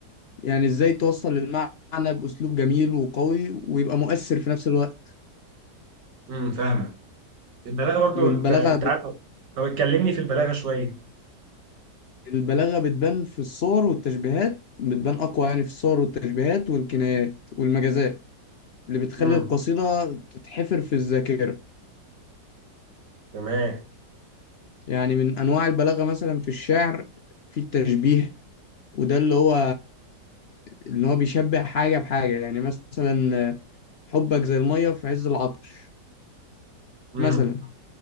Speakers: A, on the left; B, on the right.
A: يعني ازاي توصل المعنى بأسلوب جميل وقوي ويبقى مؤثر في نفس الوقت
B: امم فاهم البلاغه برضو
A: والبلاغة
B: انت انت عارف طب اتكلمني في البلاغه شويه
A: البلاغة بتبان في الصور والتشبيهات بتبان أقوى يعني في الصور والتشبيهات والكنايات والمجازات اللي بتخلي
B: امم
A: القصيدة تتحفر في الذاكرة
B: تمام
A: يعني من أنواع البلاغة مثلا في الشعر في التشبيه وده اللي هو اللي هو بيشبه حاجة بحاجة يعني مثلا حبك زي المية في عز العطش
B: امم
A: مثلا